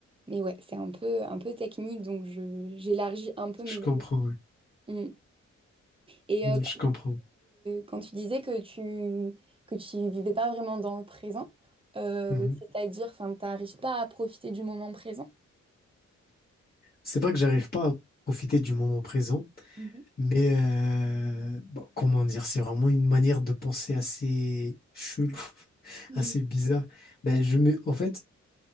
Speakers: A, on the right; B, on the left.
A: mais ouais c'est un peu un peu technique donc je j'élargis un peu mes
B: Je comprends, ouais.
A: Mm. Et
B: Mhm,
A: euh,
B: Je comprends.
A: quand tu disais que, quand tu disais que tu que tu vivais pas vraiment dans le présent, euh,
B: Mhm.
A: c'est-à-dire, enfin, t'arrives pas à profiter du moment présent.
B: C'est vrai que j'arrive pas à profiter du moment présent,
A: Mhm.
B: mais euh, bon, comment dire, c'est vraiment une manière de penser assez chelou, <laughs>
A: Mhm.
B: assez bizarre. Ben, je me... En fait,